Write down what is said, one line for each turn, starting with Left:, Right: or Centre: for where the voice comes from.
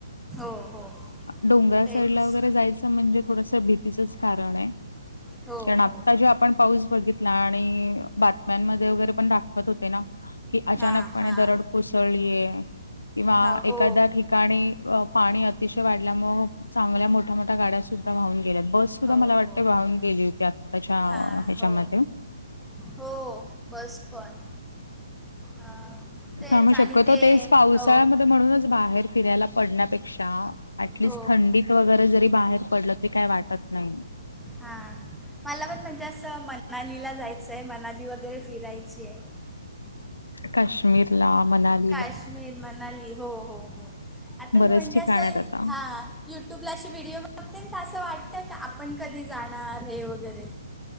Centre: हो हो
Left: डोंगरा
Centre: तेच
Left: साईड वगैरे जायच म्हणजे थोडासा भित तच कारण य
Centre: हो
Left: कारण
Centre: हो
Left: आता
Centre: हो
Left: जै आप पण पाऊस बघितला आणि, बातम्यांमध्ये वगैरे पण दाखवत होते ना. कि अचानकपणे
Centre: हां हां
Left: दरड कोसळीये किंवा
Centre: हां हो
Left: एखाद्या ठिका काणी पाणी अतिशय वाढल्यामुळ चांगल्या मोठ्या मोठ्या गाड्या सुद्धा वाहून गेल्यात. बस सुद्धा
Centre: हो
Left: मला वाटते
Centre: हो
Left: वाहून
Centre: हो
Left: गेली होती, आत्ताच्या
Centre: हां
Left: हेच्यामध्ये.
Centre: हो हो बस पण. अं, तेच
Left: थांबू
Centre: आणि
Left: शक्यतो
Centre: ते
Left: तेच पावसाळ्यामध्ये
Centre: हो
Left: म्हणूनच बाहेर फिरायला पडण्यापेक्षा ऍटलिस्ट
Centre: हो
Left: थंडीत वगैरे, जरी बाहेर पडलं तरी काही वाटत नाही.
Centre: हा. मला पण म्हणजे असं मनालीला जायचंय मनाली वगैरे फिरायची आहे.
Left: काश्मीर ला मनाली.
Centre: काश्मीर मनाली हो हो हो आता
Left: बरेच
Centre: मी म्हणजे
Left: ठिकाण
Centre: असं
Left: आहेत आता.
Centre: हा युट्यूबला अशी व्हिडिओ बघते तर असं वाटतं की आपण कधी जाणार हे वगैरे.